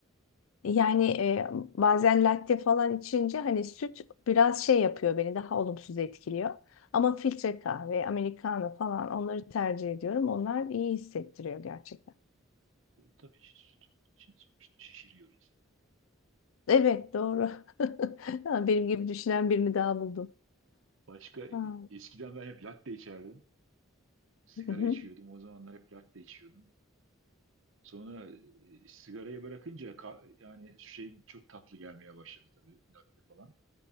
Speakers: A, on the left; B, on the right.
A: yani e, bazen latte falan içince hani süt biraz şey yapıyor beni daha olumsuz etkiliyor. Ama filtre kahve, americano falan onları tercih ediyorum. Onlar iyi hissettiriyor gerçekten.
B: tabii için, için sonuçta şişiriyor insan.
A: Evet doğru. <laughs> Ha, Benim gibi düşünen birini daha buldum.
B: Başka
A: Ha.
B: eskiden ben hep latte içerdim. Sigara
A: Hı hı.
B: içiyordum. O zamanlar hep latte içiyordum. Sonra e, sigarayı bırakınca ka- yani şey çok tatlı gelmeye başladı tabii latte falan.